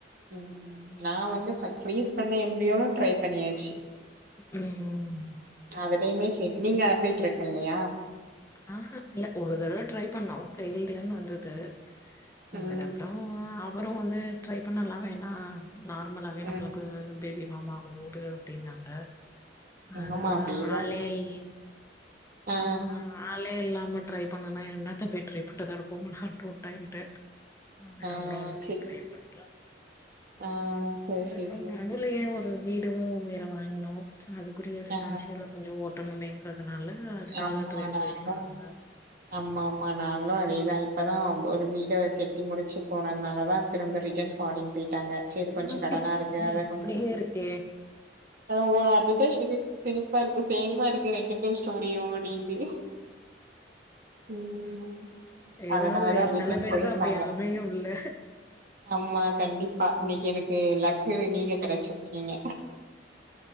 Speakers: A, on the right; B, on the left.
A: ம் நா வந்து ஃபை ஃப்ரீஸ் பண்ணி எம்பியியோலு ட்ரை பண்ணியாச்சு
B: உம்
A: அதுலயுமே சரி நீங்க அப்படி ட்ரை பண்லயா
B: ஆஹா இல்ல ஒரு தடவ ட்ரை பண்ணோம் ஃபெய்ல்டுனு வந்தது அதுக்கப்புறோ
A: ம்
B: ம்ம் அவரு வந்து ட்ரை பண்ணலா வேணா நார்மலாவே நம்புளுக்கு
A: ம்
B: பேபி ஃபார்ம் ஆகும் உடு அப்டின்னாங்க அது
A: ஆமா அப்டியேதா
B: ஆளே இல்லேயே
A: ஆ
B: ஆமா ஆளே இல்லாம ட்ரை பண்ணனா என்னத்த போய் ட்ரை பண்றதாருக்கு போங்கடாட்டு சரின்டு அதுக்கப்றோ
A: ஆ
B: ஒண்ணத்தையு
A: சேரி
B: ட்ரைப்
A: சே
B: பண்ணிக்கலா
A: ஆ சேரி
B: ட்ரை
A: சேரி
B: பண்ணாலே
A: சேரி
B: யே ஒரு வீடும் வேற வாங்குனோ அதுக்குரிய பினான்சியல
A: ஆ
B: கொஞ்சம் ஓட்டணுமேங்கறதுனால இல்ல அதுக்காக
A: ஆமா
B: இப்பதைக்கு
A: நாங்களு
B: போயிருக்கிறாங்க
A: ஆமா ஆமா நாங்களும் அதேதா இப்பதா ஒரு வீடு கெட்டி முடிச்சு போனதுனால தா திரும்ப ரிசன் ஃபாரின் போயிட்டாங்க சரி
B: என்ன
A: கொஞ்சம் கடனா இருக்கு அத
B: அப்டியே இருக்கே
A: ஆ அதுதா எனக்கு சிரிப்பா இருக்கு சேமா இருக்கு ரெண்டு பேரும் ஸ்டோரியும் முடிந்து ம்
B: ஏதாவது
A: அதனாலதா ரிட்டன்
B: செல பேருக்கு
A: போயிருக்காங்க
B: அப்டி அமையும்ல
A: ஆமா கண்டிப்பா
B: ம்
A: இன்னைக்கு எனக்கு என் லக்கு நீங்க கிடைச்சிருக்கீங்க